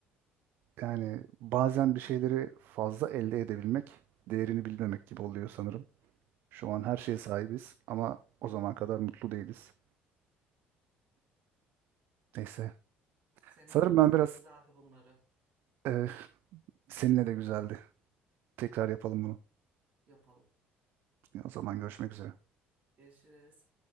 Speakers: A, on the right (about 55°); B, on the right (about 35°).
A: Yani bazen bir şeyleri fazla elde edebilmek, değerini bilmemek gibi oluyor sanırım. Şu an her
B: maalesef.
A: şeye sahibiz ama o zaman kadar mutlu değiliz. Neyse.
B: Seninle
A: Sanırım
B: konuşmak
A: ben biraz
B: güzeldi bunları.
A: e, seninle de güzeldi. Tekrar yapalım bunu.
B: yapalım.
A: O zaman görüşmek üzere.
B: Görüşürüz.